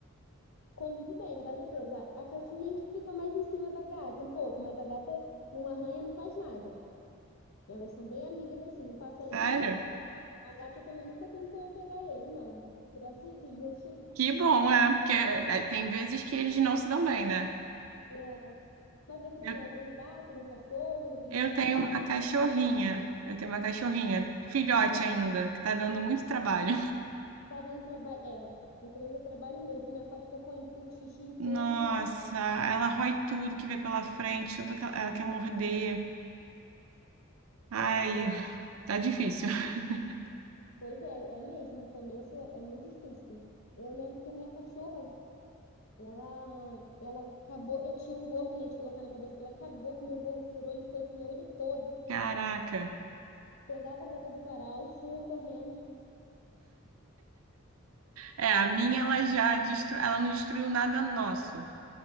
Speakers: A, on the left (about 80°); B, on the right (about 80°).
A: Convive bem, graças a Deus. A, a cachorrinha que fica mais em cima da gata, um pouco, mas a gata não arranha, não faz nada. Elas são bem amigas assim. O passarinho,
B: Sério?
A: a gata também nunca tentou pegar ele, não. Graças a Deus. <laughs>
B: Que bom, é, porque é, tem vezes que eles não se dão bem, né?
A: É. Mas você
B: Eu,
A: tem algum gato, algum cachorro, um
B: eu
A: bichinho?
B: tenho uma cachorrinha, eu tenho uma cachorrinha, filhote ainda, que tá dando muito trabalho.
A: Tá dando trabalho. É, no começo do trabalho mesmo, né? Faz cocô em tudo, xixi em tudo.
B: Nossa, ela rói tudo que vê pela frente, tudo que ela ela quer morder. Ai,
A: É,
B: tá difícil. <laughs>
A: Pois é, é mesmo, no começo é é muito difícil. Eu lembro que minha cachorra, ela, ela acabou, eu tinha um gorro, né, de colocar na cabeça, ela acabou com o meu gorro, furou ele todo, comeu ele todo,
B: Caraca.
A: pegava a roupa do varal, <laughs> saía correndo.
B: É, a minha ela já destruiu, ela não destruiu nada nosso,